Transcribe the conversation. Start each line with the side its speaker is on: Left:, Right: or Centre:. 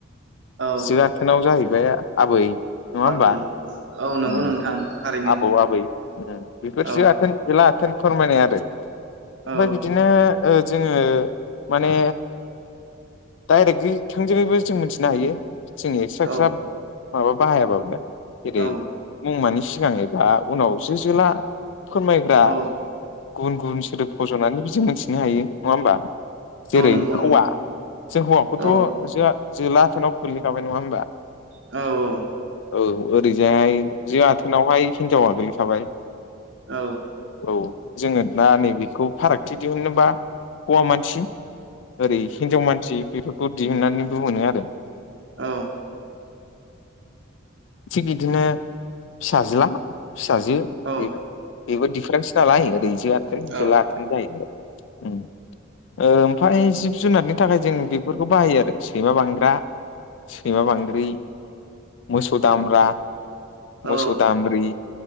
Right: औ
Left: जो आथोनाव जाहैबाय आबै नङा होमबा
Right: आबै औ नंगौ
Left: ओम
Right: नोंथां थारैनो
Left: आबौ आबै ओम बेफोर
Right: औ
Left: जो आथोन जोला आथोन फोरमायनाय आरो ओमफ्राय
Right: औ
Left: बिदिनो ओ जोङो माने डाइरेक्टै थोंजोंबो जों मिथिनो हायो जों एक्सट्रा एक्सट्रा
Right: औ
Left: माबा बाहायाबाबो जेरै
Right: औ
Left: मुंमानि सिगां एबा उनाव जोला फोरमायग्रा
Right: औ
Left: गुबुन गुबुन सोदोब फज'नानै जों मोनथिनो हायो नङा होमबा जेरै
Right: औ नंगौ
Left: हौवा
Right: नोंथां
Left: जों हौवाखौथ'
Right: औ
Left: जो जोला आथोनाव गोल्लैखाबाय नङा होमबा?
Right: औ औ
Left: औ ओरैजाय जो आथोनावहाय हिनजावा गोलैखाबाय
Right: औ
Left: औ जोङो दा नैबेखौ फारागथि दिहुनोबा हौवा मानसि ओरै हिनजाव मानसि बेफोरखौ दिहुननानै बुंगोन आरो
Right: औ
Left: थिग बिदिनो फिसाज्ला फिसाजो
Right: औ
Left: बेबो बेबो दिडफारेन्स नालाय ओरै जो आथोन
Right: औ
Left: जोला आथोन जाहैबाय ओम ओमफ्राय जिब जुनारनि थाखाय जों बेफोरखौ बाहायो आरो सैमा बांग्रा सैमा बांग्रि मोसौ दामब्रा
Right: औ
Left: मोसौ दामब्रि